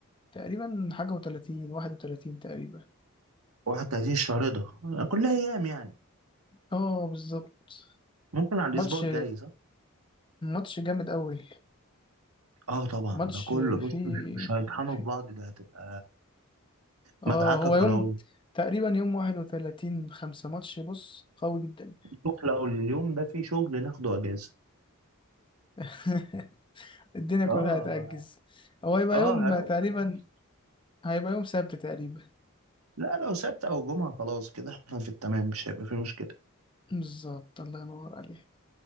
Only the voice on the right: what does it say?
31 الشهر ده كلها ايام يعني
ممكن على الاسبوع
الجاي صح
اه طبعا
ده كله بص
مش مش هيطحنوا
في بعض ده هتبقى
مدعكه
كرويه
نروح لو اليوم ده فيه شغل ناخده اجازه
اه
اه
هروق
على نفسي
لا لو سبت او جمعه خلاص كده احنا في التمام مش هيبقى فيه مشكله